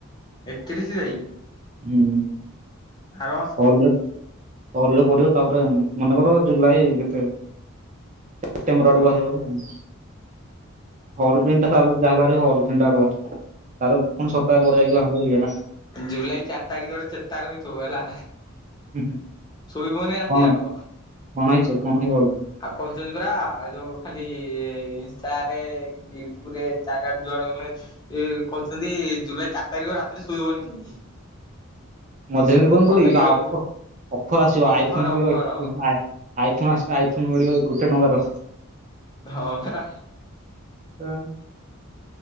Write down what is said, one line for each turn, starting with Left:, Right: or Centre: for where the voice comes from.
Left: ଏକତିରିଶ ଯାଇ
Right: ହୁଁ
Left: ଆର ମାସ
Right: ହଲରେ ପ୍ ହଲରେ ପଡିବ ତାପରେ ମନେକର ଜୁଲାଇ ଭିତେ ସେପ୍ଟେବର ଆଡକୁ ବାହାରିବ ବୋଧେ ହଲ
Left: ହୁଁ
Right: ପ୍ରିଣ୍ଟ
Left: ହୁଁ
Right: ତ ଯାହା ବାହାରିବ ହଲ ା ତାର ପୁଣି ସପ୍ତାହ ପରେ ଯାଇକି ବାହାରିବ ଇଏଟା
Left: ଜୁଲାଇ ଚାରି ତାରିଖରେ ଚେତା ରଇଥିବ ହେଲା
Right: ହୁଁ ହୁଁ
Left: ଶୋଇବନି ରାତି
Right: କଣ
Left: ଆଗ
Right: କଣ ହେଇଛ କଣ ହେଇବ କି
Left: ଆଉ କହୁଛନ୍ତି ପୁରା ଆଉ ଯୋଉ ଖାଲି ଇନଷ୍ଟଟରେ ୟୁଟ୍ୟୁବ ରେ ଚାରିଆଡେ ଯୁଆଡେ ଗଲେ ଏ କହୁଛନ୍ତି ଜୁଲାଇ ଚାରି ତାରିଖ ରାତିରେ ଶୋଇବନି କେହି
Right: ମଝିରେ ଏମିତି କହୁନଥିଲେ
Left: ଅନେଇକି
Right: କି ଓ
Left: ରହିଥିବ।
Right: ପ୍ ଅଫର ଆସିବ ଆଇଫୋନ
Left: ଅଫର
Right: ବି
Left: ଅଫର
Right: <unintelligible> ଆଇ ଫୋନ୍ ଆସ ଆଇ ଫୋନ ମିଳିବ ଗୋଟେ ଟଙ୍କାର
Left: ହଁ ହେରା
Right: ହ <unintelligible>